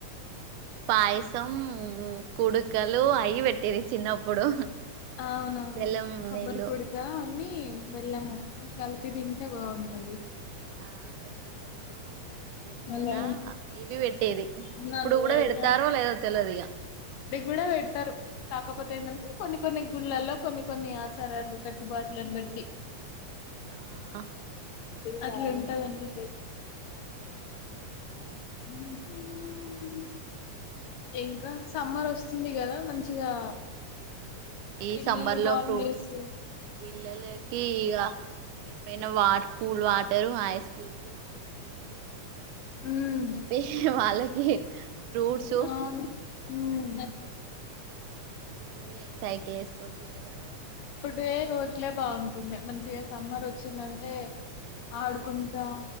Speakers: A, on the right; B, on the left.
A: పాయసం కుడుకలు అయ్యి పెట్టేది చిన్నప్పుడు
B: అవునువును
A: బెల్లం
B: కొబ్బరి
A: నీళ్ళు
B: కుడుకా అన్నీ
A: ఉమ్,
B: బెల్లము కలిపి తింటె బాగుంటది
A: ఆ బెల్లం నీళ్ళు కో పులిహోరా
B: అలా
A: ఇవి పెట్టేది
B: ఉన్నాను
A: ఇప్పుడు కూడా
B: వేడి
A: పెడతారో లేదో తెలవదు ఇగ
B: ఇప్పుడే పెడతరు కా కాకపోతే ఎందంటే కొన్ని కొన్ని గుళ్లల్లో కొన్ని కొన్ని ఆచారాలు కట్టుబాట్లను బట్టి
A: ఆ
B: అట్లుంటదండి హ్మ్ ఇంకా
A: బా-
B: సమ్మర్ వస్తుంది గదా మంచిగా
A: ఈ
B: పిల్లలు
A: సమ్మర్ లో
B: హాలిడేస్
A: ఫ్రూట్స్ పిల్లలకి ఇగ ఏమైనా what cool water ice cubes ice creams
B: um
A: ఇవి వాళ్ళకి ఫ్రూట్స్
B: అవును హ్మ్
A: ఇవే సైకిల్ ఏసుకొని తిరగడం
B: టే రోజులే బాగుంటుండే మంచిగ సమ్మర్ వచ్చిందంటే ఆడుకుంటా